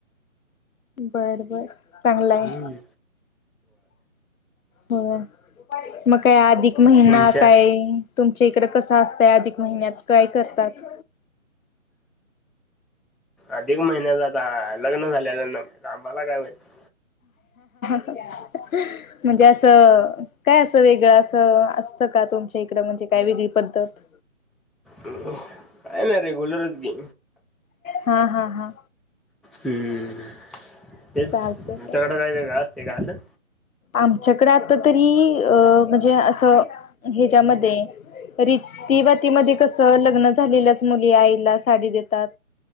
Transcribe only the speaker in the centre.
हम्म हो.
तुमच्या
अधिक महिन्यातच लग्न झालं आहे मला काय माहिती?
काय ना रेग्युलरच की.
हम्म, तेच
तुमच्याकडे काय वेगळं असतं?